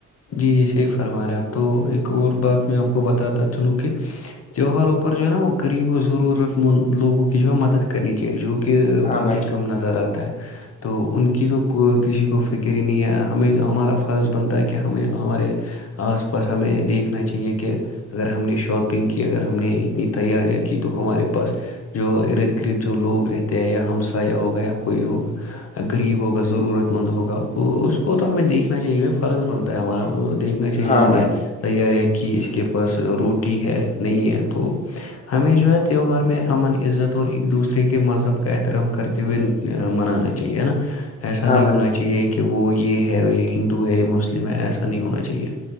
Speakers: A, on the left; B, on the left.
A: جی جی صحیح فرما رہے اپ تو ایک اور بات میں آپ کو بتا دا چلوں کہ تیوہاروں پر جو ہے نا وہ غریب اور ضرورت مند لوگوں کی جو ہے مدد کرنی چاہیے جو کہ
B: ہاں
A: بہت
B: بھائی
A: ہی
B: جان
A: کم نظر آتا ہے تو ان کی تو کسی کو فکری ہی نہیں ہے ہمیں ہمارا فرض بنتا ہے کہ ہمیں ہمارے آس پاس ہمیں دیکھنا چاہیے کہ اگر ہم نے شاپنگ کی اگر ہم نے اتنی تیاریاں کی تو ہمارے پاس جو ارد گرد جو لوگ رہتے ہیں یا ہمسایہ ہوگا یا کوئی ہوگا غریب ہوگا ضرورت مند ہوگا وہ اس کو تو ہمیں دیکھنا چاہیے فرض بند ہمارا دیکھنا چاہیے
B: ہاں
A: اس
B: بھائی
A: لیے تیاریاں کی اس کے پاس روٹی ہے نہیں ہے تو ہمیں جو ہے تہوار میں امن عزت اور ایک دوسرے کے مذہب کا احترام کرتے ہوئے منانا چاہیے ہے نا ایسا
B: ہاں
A: نہیں
B: بھائی
A: ہونا چاہیے کہ وہ یہ ہے یہ ہندو ہے مسلم میں ایسا نہیں ہونا چاہیے